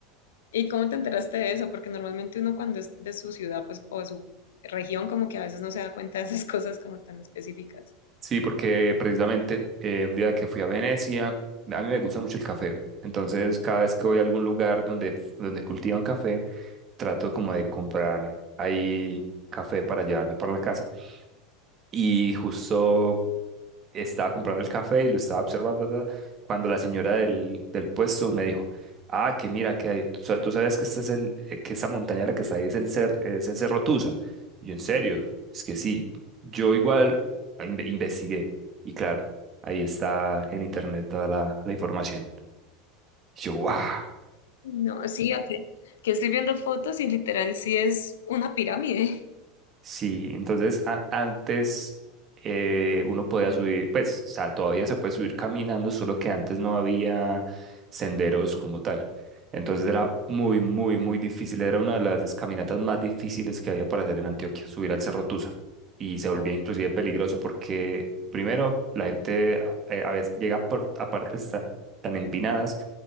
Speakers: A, on the left; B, on the right.
A: ¿Y cómo te enteraste de eso? Porque normalmente uno cuando es de su ciudad, pues, o de su región, como que a veces no se da cuenta de esas <laughs> cosas como tan específicas.
B: Sí, porque precisamente eh, un día que fui a Venecia, a mí me gusta mucho el café. Entonces, cada vez que voy a algún lugar donde, donde cultivan café, trato como de comprar ahí café para llevarme para la casa. Y justo estaba comprando el café y lo estaba observando ta, ta, cuando la señora del, del puesto me dijo, ah, que mira, que hay- tú sa- tú sabías que este es el, eh, que esta montaña la que está ahí es el cer, es el Cerro Tusa. Y yo, en serio, es que sí. Yo igual inve- investigué y claro, ahí está en internet toda la, la información. Y yo, wow,
A: No, sí, o sea, que estoy viendo fotos y literal sí es una pirámide.
B: Sí, entonces a- antes eh, uno podía subir, pues, o sea, todavía se puede subir caminando, solo que antes no había senderos como tal. Entonces era muy, muy, muy difícil. Era una de las caminatas más difíciles que había para hacer en Antioquia, subir al Cerro Tusa. Y se volvía
A: Wow.
B: inclusive peligroso porque, primero, la gente a, eh, a veces llega por- a partes tan, tan empinadas